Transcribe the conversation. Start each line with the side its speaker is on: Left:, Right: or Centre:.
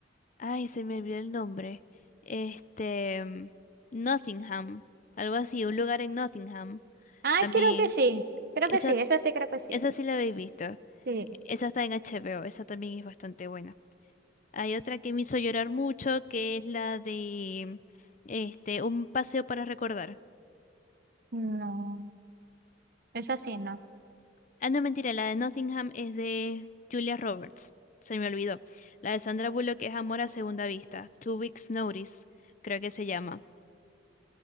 Left: Ay, se me olvidó el nombre. Este, mm, Nottingham, algo así, un lugar en Nottingham.
Right: Ah,
Left: También,
Right: creo que sí. Creo
Left: esa,
Right: que sí, esa sí creo que sí.
Left: esa sí la habéis visto.
Right: Sí.
Left: Esa está en HBO, esa también es bastante buena. Hay otra que me hizo llorar mucho, que es la de este, Un paseo para recordar.
Right: No, esa sí no.
Left: Ah, no, mentira, la de Nottingham es de Julia Roberts. Se me olvidó. La de Sandra Bullock es Amor a segunda vista. Two Weeks Notice, creo que se llama.